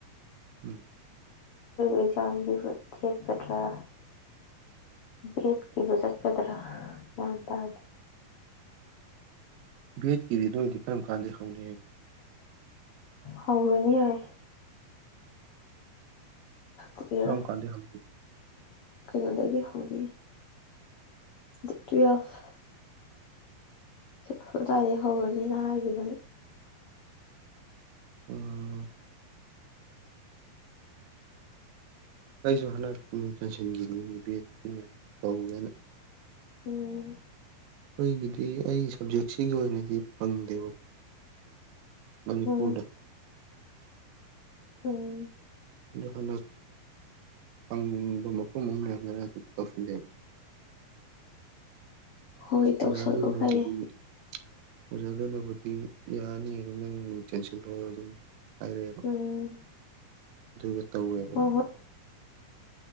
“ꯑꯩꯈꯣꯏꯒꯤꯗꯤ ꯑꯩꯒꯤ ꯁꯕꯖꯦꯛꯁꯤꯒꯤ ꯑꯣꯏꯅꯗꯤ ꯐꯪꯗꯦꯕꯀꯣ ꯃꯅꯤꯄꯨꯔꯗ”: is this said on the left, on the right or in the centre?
Right